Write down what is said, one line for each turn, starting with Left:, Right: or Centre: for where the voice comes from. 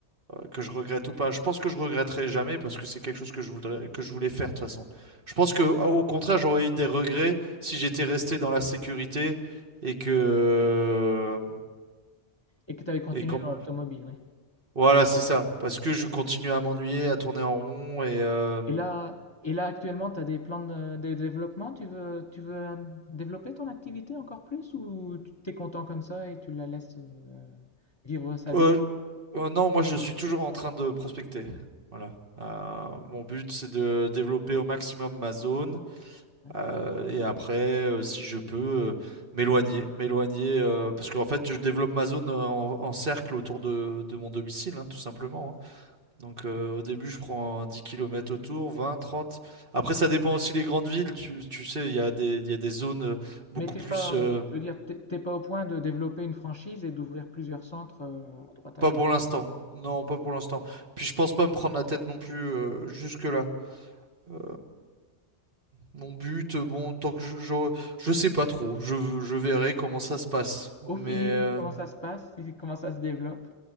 Right: que je regrette ou pas. Je pense que je regretterai jamais parce que c'est quelque chose que je voudrais, que je voulais faire de toute façon. Je pense que au contraire, j'aurais eu des regrets si j'étais resté dans la sécurité et que
Left: Et que tu avais continué
Right: et comme
Left: dans l'automobile, oui.
Right: voilà, c'est ça. Parce que je continue à m'ennuyer, à tourner en rond et euh,
Left: Et là, et là actuellement, tu as des plans de, de développement? Tu veux, tu veux euh, développer ton activité encore plus ou tu t'es content comme ça et tu la laisses euh, vivre sa
Right: euh,
Left: vie?
Right: euh, non, moi je suis toujours en train de prospecter. Voilà. Euh, mon but, c'est de développer au maximum ma zone
Left: Ouais.
Right: Euh, et après, euh, si je peux, euh, m'éloigner, m'éloigner, euh, parce qu'en fait, je développe ma zone euh, en, en cercle autour de, de mon domicile, hein, tout simplement. hein. Donc, euh, au début, je prends 10 kilomètres autour, 20, 30. Après, ça dépend aussi des grandes villes. Tu, tu sais, il y a des, il y a des zones euh, beaucoup
Left: Mais t'es
Right: plus...
Left: pas,
Right: euh,
Left: je veux dire, t'es t'es pas au point de développer une franchise et d'ouvrir plusieurs centres euh, à droite à
Right: pas
Left: gauche.
Right: pour l'instant. Non,
Left: Non.
Right: pas pour l'instant. Puis, je pense pas me prendre la tête non plus euh, jusque-là. Euh, mon but, bon, tant que je, je, je sais pas trop, je, je verrai comment ça se passe. Mais
Left: Au feeling,
Right: euh,
Left: comment ça se passe? Si- Comment ça se développe?